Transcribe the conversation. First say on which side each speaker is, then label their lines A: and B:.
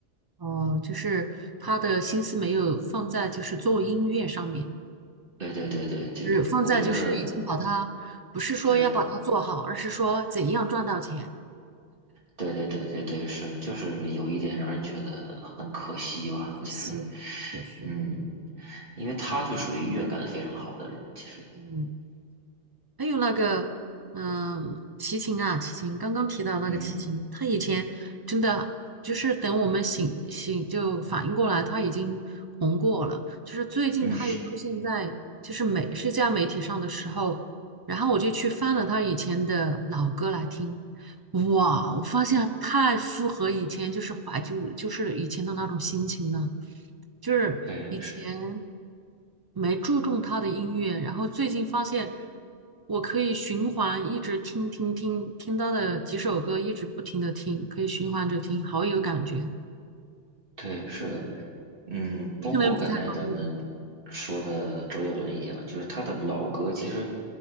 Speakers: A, on the right; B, on the right.
A: 哦，就是他的心思没有放在就是做音乐上面。
B: 对对对对对，
A: 是放在就是已经把它，
B: 我觉得
A: 不是说要把它做好，
B: 对
A: 而是说怎样赚到钱。
B: 对对对对对是，就是有一点让人觉得很可惜吧，
A: 可惜了，
B: 就是
A: 确实，
B: 嗯。因为他就属于乐感非常好的人，
A: 嗯。
B: 其实，
A: 嗯。还有那个，嗯，齐秦啊，齐秦，刚刚提到那个齐秦，
B: 嗯
A: 他以前真的就是等我们醒醒就反应过来，他已经红过了。就是最近他又出现在就是美社交媒体上的时候，
B: 嗯
A: 然后我就去翻了他以前的老歌来听，哇，我发现太符合以前就是怀旧，就是以前的那种心情了。就是以前
B: 对
A: 没注重他的音乐，然后最近发现我可以循环一直听听听听他的几首歌，一直不停的听，可以循环着听，好有感觉。
B: 对，是的，嗯，
A: 你可能不太关注，
B: 包括刚才咱们说的周杰伦一样，就是他的老歌，其实